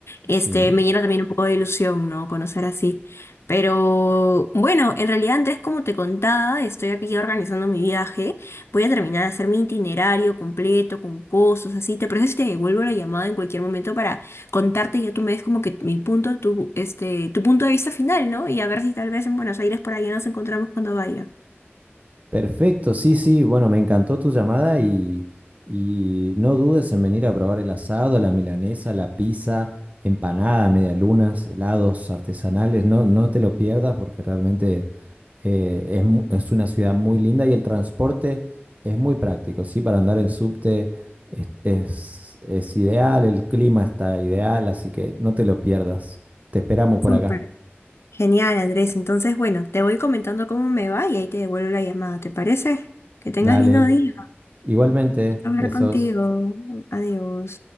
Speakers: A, on the left (about 80°); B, on the right (about 35°).
A: este,
B: Sí.
A: me llena también un poco de ilusión, ¿no? Conocer así. Pero bueno, en realidad Andrés, como te contaba, estoy aquí organizando mi viaje, voy a terminar de hacer mi itinerario completo con cosas así, ¿te parece si te devuelvo la llamada en cualquier momento contarte y ya tú me des como que mi punto, tu, este, tu punto de vista final, ¿no? Y a ver si tal vez en Buenos Aires por ahí nos encontramos cuando vaya.
B: Perfecto, sí, sí, bueno, me encantó tu llamada y, y no dudes en venir a probar el asado, la milanesa, la pizza, empanada, medialunas, helados artesanales, no, no te lo pierdas porque realmente eh, es, mu- es una ciudad muy linda y el transporte es muy práctico, sí, para andar en subte es, es es ideal, el clima está ideal, así que no te lo pierdas, te esperamos
A: Súper.
B: por acá,
A: Genial, Andrés. Entonces, bueno, te voy comentando cómo me va y ahí te devuelvo la llamada, ¿te parece? Que tengas
B: dale,
A: lindo día.
B: igualmente,
A: Gusto Hablar
B: besos.
A: contigo. Adiós.